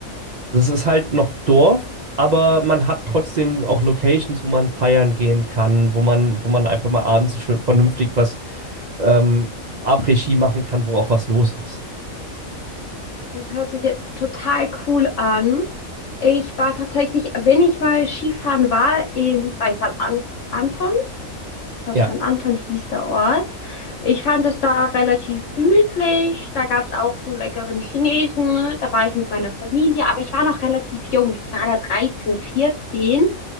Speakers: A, on the right; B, on the left.
A: Das ist halt noch Dorf, aber man hat trotzdem auch Locations, wo man feiern gehen kann, wo man, wo man einfach mal abends schön vernünftig was ähm, Après-Ski machen kann, wo auch was los ist.
B: Das hört sich ja total cool an. Ich war tatsächlich, wenn ich mal Skifahren war, in, bei St. An Anton. Ich glaube,
A: Ja.
B: St. Anton hieß der Ort. Ich fand es da relativ gemütlich. Da gab es auch einen leckeren Chinesen. Da war ich mit meiner Familie, aber ich war noch relativ jung. Ich war da 13, 14.